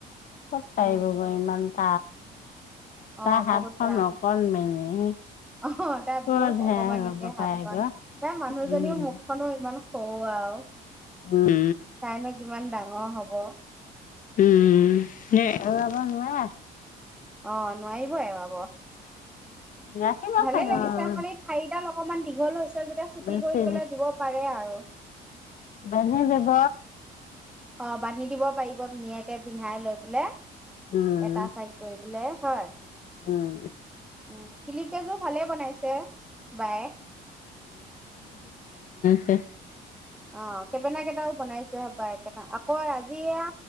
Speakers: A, on the left (about 50°); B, in the centre.
A: কত পাৰিব
B: উম
A: বাৰু ইমান। <inaudible> তাৰ
B: অ
A: হাতখন
B: বহুত টান
A: অকণমানি
B: অ তাই
A: ক'ত
B: বহুত
A: হে
B: অকমানিকে
A: এৰুৱাব
B: হাতখন
A: পাৰেগৈ
B: তাই মানুহজনীও
A: উম
B: মুখখনো ইমান। অ আও।
A: উম
B: তাইনো কিমান ডাঙৰ হ'ব।
A: উম নে এওৱাব নোৱাৰে?
B: অ নোৱাৰিব এৰুৱাব।
A: ৰাখিব
B: ভালে
A: চাগে
B: লাগিছে
A: অ'
B: খালি ঠাইডাল অল। অকমান দীঘল হৈছে। যেতিয়া ছুটি
A: বেছি
B: কৰি পেলাই দিব পাৰে আৰু।
A: বেছি দিব
B: অ বান্ধি দিব পাৰিব ধুনীয়াকে পিন্ধাই লৈ পেলে।
A: উম
B: এটা চাইড কৰি। বোলে হয়।
A: উম।
B: উ কিলিপ কেজো ভালে বনাইছে বায়ে।
A: এহ
B: অ ', কেপেনা কেইটাও বনাইছে পাই একেটা আকৌ আজি এয়া,